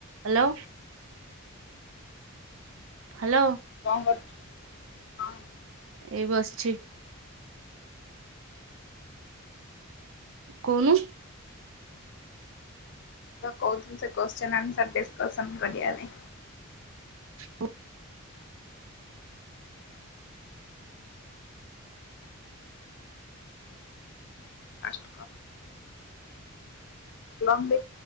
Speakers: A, on the right (about 60°); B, on the left (about 50°).
A: Hello. Hello
B: କଣ କରୁଛୁ?
A: ଏଇ ବସିଛି। କଉନୁ।
B: ଯୋ କହୁଥିଲ ସେ କୋଶ୍ଚେନ୍ ଆନ୍ସର୍ ଡିସକସନ୍ କରିବା ପାଇଁ।
A: ଉ
B: ଫାଷ୍ଟ ଲମ୍ବି